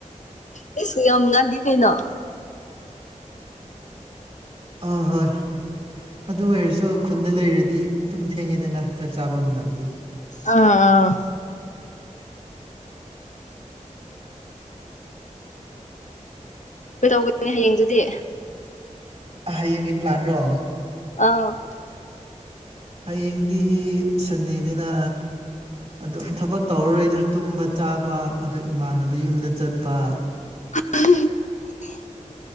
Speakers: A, on the left; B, on the right.
A: ꯑꯩꯁꯨ ꯌꯥꯝ ꯉꯜꯂꯤ ꯀꯩꯅꯣ
B: ꯑ ꯍꯣꯏ ꯑꯗꯨ ꯑꯣꯏꯔꯁꯨ ꯈꯨꯟꯗ ꯂꯩꯔꯗꯤ ꯑꯗꯨꯝ ꯊꯦꯡꯉꯤꯗꯅ ꯆꯥꯛ ꯆꯥꯕ ꯃꯇꯝꯗꯤ
A: ꯑꯥ ꯑꯥ ꯀꯩ ꯇꯧꯕꯅꯦ ꯍꯌꯦꯡꯗꯨꯗꯤ
B: ꯍꯌꯦꯡꯒꯤ ꯄ꯭ꯂꯥꯟꯔꯣ
A: ꯑ
B: ꯍꯌꯦꯡꯗꯤ ꯁꯟꯗꯦꯅꯤꯅ ꯑꯗꯨꯝ ꯊꯕꯛ ꯇꯧꯔꯔꯣꯏꯗ ꯇꯨꯝꯕ ꯆꯥꯕ ꯑꯗꯨ ꯏꯃꯥꯟꯅꯕ ꯌꯨꯝꯗ ꯆꯠꯄ
A: <inaudible>